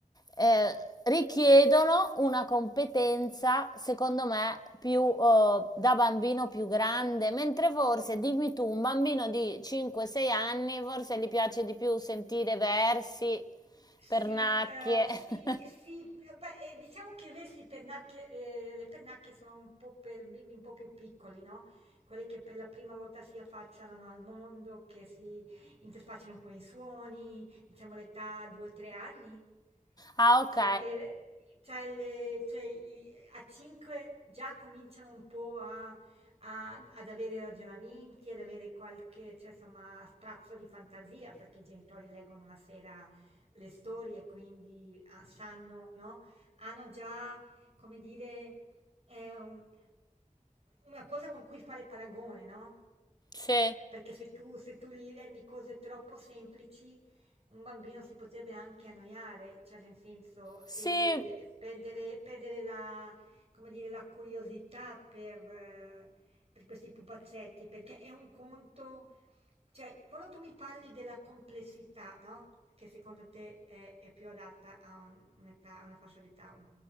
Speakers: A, on the left (about 30°); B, on the right (about 45°).
A: eh, richiedono una competenza, secondo me, più eh, da bambino più grande, mentre forse, dimmi tu, un bambino di 5-6 anni, forse gli piace di più sentire versi,
B: Sì,
A: pernacchie.
B: ehm, sì,
A: <laughs>
B: sì, ehm, beh, ehm, diciamo che vessi pernacchie ehm, le pernacchie sono un po' per bimbi un po' più piccoli, no, quelli che per la prima volta si affacciano al mondo, che si interfacciano con i suoni, diciamo l'età 2, 3 anni.
A: Ah, ok.
B: Cioè per cioè le cioè i a 5 già cominciano un po' a a ad avere ragionamenti, ad avere qualche, cioè insomma, sprazzo di fantasia, perché i genitori leggono la sera le storie, quindi ah, sanno, no? Hanno già, come dire, ehm, una cosa con cui fare paragone, no?
A: Sì.
B: Perché se tu, se tu gli rendi cose troppo semplici, un bambino si potrebbe anche annoiare, cioè nel senso, e
A: Sì,
B: il- perdere, perdere la, come dire, la curiosità per, eh, per questi pupazzetti, perché è un conto cioè, quando tu mi parli della complessità, no? Che secondo te è, è più adatta a un- un'età, a una fascia d'età un